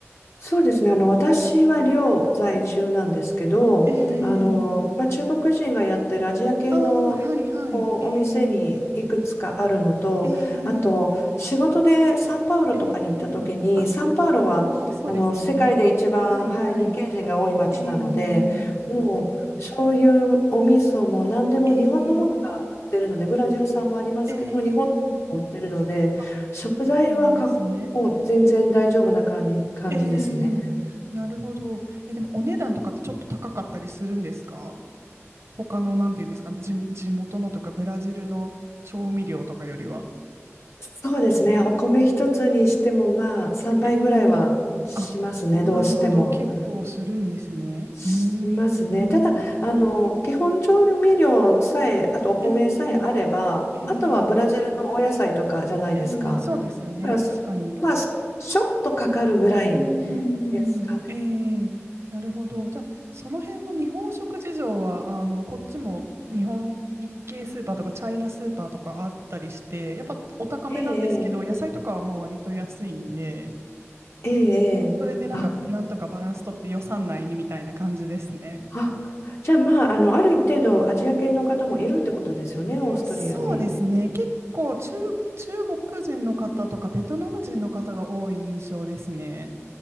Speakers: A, on the left; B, on the right.
A: そうですね。あの、私は寮在住なんですけど、
B: ええ
A: あの、まあ、中国人がやってるアジア系のこうお店にいくつかあるのと、
B: ああー、はいはい。えええ
A: あと仕事でサンパウロとかに行った時に、
B: えええあ、
A: サンパウロはあの世界で一番、
B: なるほど、そうですよね。はいはい。
A: はい、日系人が多い街なので、
B: ええ
A: もうそういうお味噌も何でも日本のものが売ってるので、
B: ええ
A: ブラジル産もありますけど、
B: ええ
A: 日本のものも売ってるので、
B: あ、
A: 食材は
B: そうなんですね。
A: もう全然大丈夫な感じ、感じですね。
B: ええなるほど。え、でもお値段とかってちょっと高かったりするんですか他の、なんていうんですか、地、地元のとかブラジルの調味料とかよりは。
A: そうですね。お米一つにしてもまあ3倍ぐらいはしますね。
B: ええあ、なるほど。
A: どうしても。
B: 結構するんですね。
A: しますね。
B: うーん。
A: ただ、あの、基本調味料さえ、あとお米さえあれば、
B: ええええ
A: あとはブラジルのお野菜とかじゃないですか。
B: ええそうですよね。
A: だからそまあ、
B: 確かに。
A: ちょっとかかるぐらい
B: うーん、
A: ですかね。
B: ええ、なるほど。じゃあ、その辺の日本食事情は、あの、こっちも日本、日系スーパーとかチャイナスーパーとかあったりして、やっぱお高めなんですけど、
A: ええ、
B: 野菜とかはまあ割と安いんで、
A: ええ、ええ。
B: それでなんか、
A: あ、
B: なんとかバランス取って予算内にみたいな感じですね。
A: あ、じゃあまあ、あの、ある一定度アジア系の方もいるってことですよね、オーストリアに。
B: そうですね。結構中、中国人の方とかベトナム人の方が多い印象ですね。